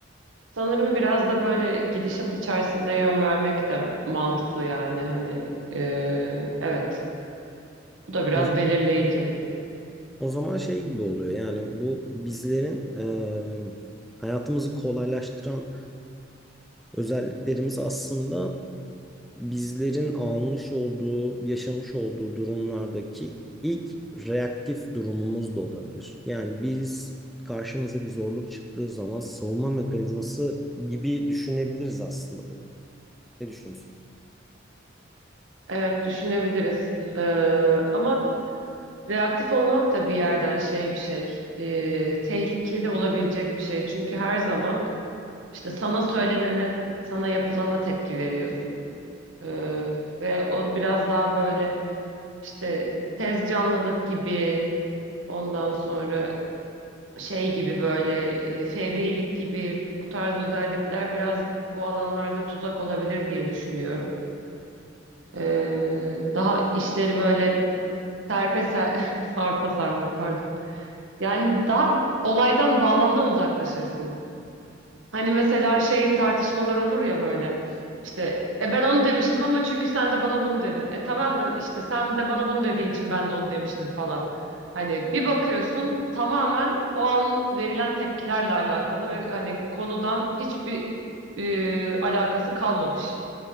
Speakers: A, on the right; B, in the centre.
A: Sanırım biraz da böyle gidişat içerisinde yön vermek de mantıklı yani hani e, evet bu da biraz
B: O,
A: belirleyici.
B: o zaman şey gibi oluyor yani bu bizlerin e, hayatımızı kolaylaştıran özelliklerimiz aslında bizlerin almış olduğu, yaşamış olduğu durumlardaki ilk reaktif durumumuz da olabilir. Yani biz karşımıza bir zorluk çıktığı zaman savunma mekanizması gibi düşünebiliriz aslında bunu. Ne düşünüyorsun?
A: Evet düşünebiliriz E, ama reaktif olmak da bir yerden şey bir şey E, tehlikeli olabilecek bir şey çünkü her zaman işte sana söylenene sana yapılana tepki veriyorsun E, ve o biraz daha böyle işte tez canlılık gibi ondan sonra. şey gibi böyle e, fevrilik gibi bu tarz özellikler biraz bu alanlarda tuzak olabilir diye düşünüyorum. Ee, daha işleri böyle serpe ser, <laughs> sarpa sarmak pardon. Yani daha olaydan bağlamdan uzaklaşırsın. Hani mesela şey tartışmalar olur ya böyle. İşte e ben onu demiştim ama çünkü sen de bana bunu dedin. E tamam da işte sen de bana bunu dediğin için ben de onu demiştim falan. Hani bir bakıyorsun tamamen o an verilen tepkilerle alakalı ve hani konudan hiçbir e, alakası kalmamış